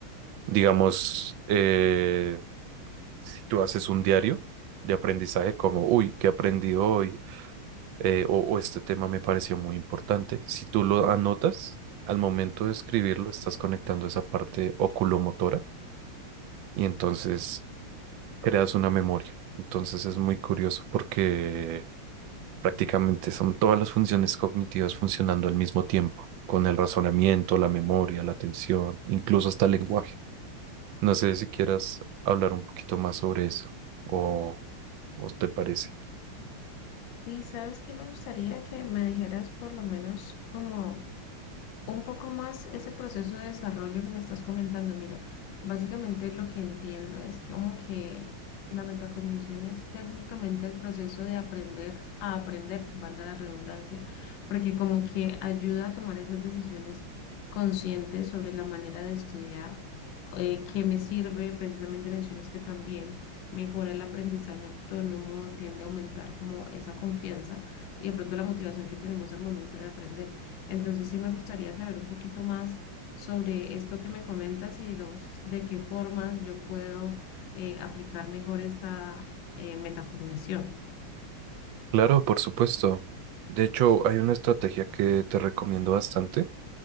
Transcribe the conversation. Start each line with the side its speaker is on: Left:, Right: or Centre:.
Right: Digamos, eh. Si tú haces un diario de aprendizaje como, uy, ¿qué aprendí hoy? Eh, o, o este tema me pareció muy importante. Si tú lo anotas, al momento de escribirlo, estás conectando esa parte oculomotora y entonces creas una memoria. Entonces es muy curioso porque prácticamente son todas las funciones cognitivas funcionando al mismo tiempo, con el razonamiento, la memoria, la atención, incluso hasta el lenguaje. No sé si quieras hablar un poquito más sobre eso o, o te parece.
Left: Sí, ¿sabes qué me gustaría que me dijeras por lo menos como... un poco más ese proceso de desarrollo que me estás comentando. Mira, básicamente lo que entiendo es que como que la metacondición es técnicamente el proceso de aprender a aprender, valga la redundancia, porque como que ayuda a tomar esas decisiones conscientes sobre la manera de estudiar. eh, que me sirve, precisamente mencionas que también mejora el aprendizaje autónomo, tiende a aumentar como esa confianza y de pronto la motivación que tenemos al momento de aprender. Entonces sí me gustaría saber un poquito más sobre esto que me comentas y digamos de qué formas yo puedo eh, aplicar mejor esta eh, metacognición.
Right: Claro, por supuesto. De hecho, hay una estrategia que te recomiendo bastante